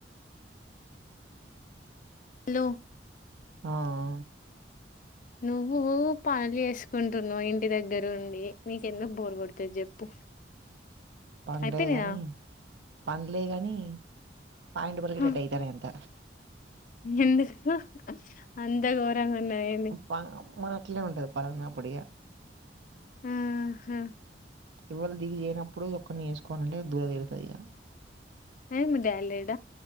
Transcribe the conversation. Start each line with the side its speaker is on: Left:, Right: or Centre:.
Left: లో.
Right: ఆ.
Left: నువ్వు పనులు చేసుకుంటున్నావ్ ఇంటి దగ్గరుండి నీకెందుకు బోరుకొడుతది చెప్పు.
Right: పన్లే
Left: అయిపోయినాయా
Right: కానీ పన్ లేకానీ. పాయింట్ పలిగినట్టు
Left: హ
Right: అయితాందితంత.
Left: ఎందుకు అంత ఘోరంగా ఉన్నాయండి.
Right: వా మర అట్లే ఉంటది పల్న్న పొడిగ.
Left: ఊహు.
Right: ఎవళ్ దిగి చేయనప్పుడు ఒక్కరిని చేసుకోవాలంటే దూలతీరుతది ఇక.
Left: టైము జాల్లేద.